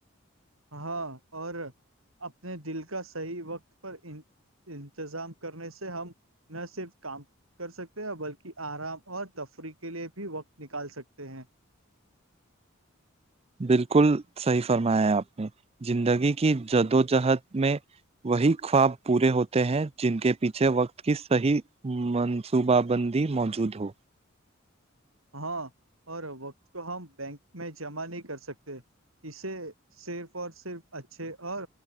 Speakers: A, on the right; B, on the right.
A: ہاں اور اپنے دل کا صحیح وقت پر ان انتظام کرنے سے ہم نہ صرف کام کر سکتے ہیں اور بلکہ آرام اور تفریح کے لیے بھی وقت نکال سکتے ہیں
B: بالکل صحیح فرمایا آپ نے زندگی کی جدوجہد میں وہی خواب پورے ہوتے ہیں جن کے پیچھے وقت کی صحی منصوبہ بندی موجود ہو
A: ہاں اور وقت کو ہم بینک میں جمع نہیں کر سکتے اسے صرف اور صرف اچھے اور